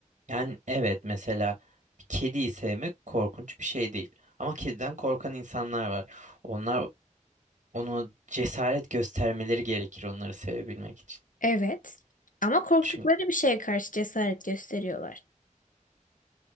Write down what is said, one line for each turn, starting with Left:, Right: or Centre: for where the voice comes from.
Right: Yani evet mesela bir kediyi sevmek korkunç bir şey değil. Ama kediden korkan insanlar var. Onlar onu cesaret göstermeleri gerekir onları sevebilmek
Left: Evet. Ama korktukları
Right: için.
Left: bir şeye karşı cesaret gösteriyorlar.